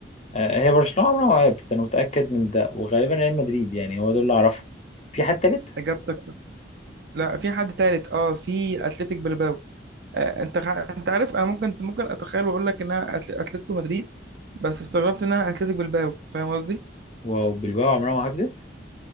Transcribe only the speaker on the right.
إجابتك صح لا في حد تالت اه في أتلتيك بلباو آه انت خ... انت عارف انا ممكن ممكن اتخيل واقول لك انها أتل... اتلتيكو مدريد بس استغربت انها أتلتيك بلباو فاهم قصدي؟